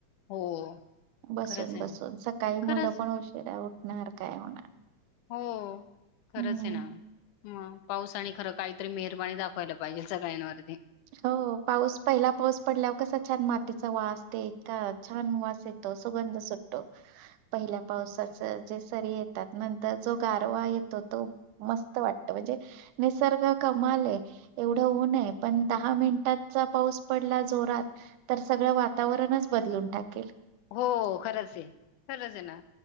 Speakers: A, on the left; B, on the right.
A: हो.
B: बसून
A: खरंच आहे
B: बसून
A: ना
B: सकाळी मुलं
A: खरंच
B: पण उशीरा उठ नार काय होणार?
A: हो, खरंच
B: हम्म
A: आहे ना. हं, पाऊसानी खरं काहीतरी मेहरबानी दाखवायला पाहिजे सगळ्यांवरती.
B: हो पाऊस पहिला पाऊस पडल्यावर कसा छान मातीचा वास ते इतका छान वास येतो, सुगंध सुटतो. पहिल्या पावसाच जे सरी येतात नंतर जो गारवा येतो तो मस्त वाटतो. म्हणजे निसर्ग कमाल आहे एवढं ऊन आहे, पण दहा मिनिटांचा पाऊस पडला जोरात तर सगळं वातावरणच बदलून टाकेल.
A: हो खरंच आहे, खरच आहे ना.